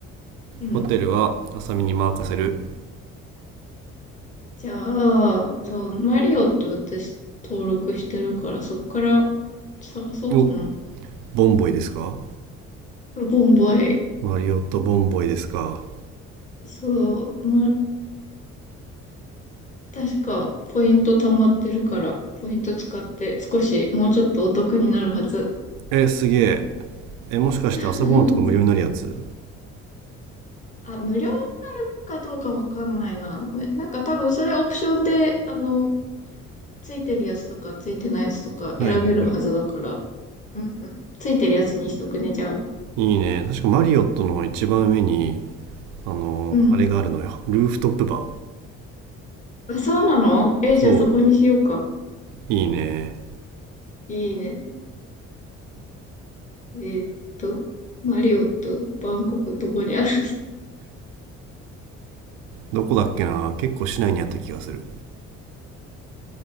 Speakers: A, on the left (about 20°); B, on the right (about 55°).
A: うん。
B: ホテルは浅見に任せる
A: じゃあ、そう、マリオって私登録してるから、そっから探そうかな。
B: おボンボイですか
A: ボンボイ。
B: マリオットボンボイですか
A: そう、まあ、確かポイント溜まってるから、ポイント使って少しもうちょっとお得になるはず。
B: えすげええもしかして朝ごはんとか無料になるやつ
A: <laughs> あ、無料になるかどうかわかんないな。めなんか多分それオプションで、あの、ついてるやつとかついてないやつとか選べるはずだから。
B: はいはいはい
A: うん、ついてるやつにしとくね、じゃあ。
B: いいね確かマリオットの一番上にあのあれがあるのよルーフトップバー
A: うん。あ、そうなのえ、
B: そ
A: じゃあそこにしようか。
B: ういいね
A: いいね。えーっと、マリオとバンコクどこにある <laughs>
B: どこだっけな結構市内にあった気がする